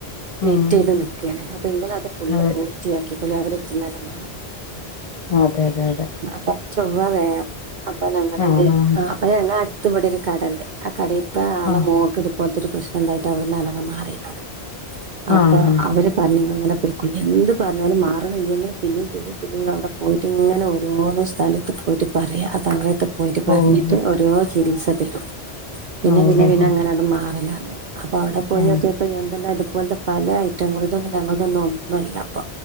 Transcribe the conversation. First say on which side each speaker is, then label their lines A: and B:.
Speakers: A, on the left; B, on the right.
A: ഉം
B: വെയിറ്റ് ചെയ്ത് നിക്കണെ അപ്പൊ നിങ്ങത് ഫുള്ള്
A: അതെ
B: പൂർത്തിയാക്കിക്കൊളി അവരെത്തുന്നല്ല മാറുന്നേ
A: ആഹ് അതെ അതെ അതെ
B: അപ്പ അത് ചൊവ്വ വേഗം അപ്പൊ ഞങ്ങളിത്
A: ആ ആ
B: അപ്പൊ ഞങ്ങ അടുത്തവിടെൊ ഒരു കടണ്ട് ആഹ് കടയിത്ത ആളെ
A: ആ
B: മോക്ക് ഇതുപോലത്തെ ഒരു പ്രശ്നം ഉണ്ടായിട്ട് അവിടുന്ന്നകെ മാറിയിരിക്കണുന്നത് അപ്പൊ
A: ആ ആ ആ
B: അവര് പറഞ്ഞ അങ്ങനെ പോയിക്കളി എന്ത് പറഞ്ഞാലും മാറണം ഇന്തെങ്ങെ പിന്നെയും പിന്ന പിന്നെ അവിടെ പോയിട്ട് ഇങ്ങനെ ഓരോരോ സ്ഥലത്ത് പോയിട്ട് പറയുക തങ്ങളയത്ത് പോയിട്ട് പറഞ്ഞിട്ട്
A: ഓ ഓ
B: ഓരോ ചികിത്സ തരും പിന്നെ
A: ഓ
B: പിന്നെ
A: ഹോ
B: പിന്നെ
A: ഹോ
B: അങ്ങനെ അങ്ങന്നും മാറില്ലത് അപ്പൊ അവിടെ പോയിൊക്കെപ്പൊ
A: ആ
B: എന്തെല്ലാം ഇതുപോലത്തെ പല ഐറ്റങ്ങള ഇതൊന്നും ഞങ്ങളതൊന്നും ഒന്നുമല്ല അപ്പൊ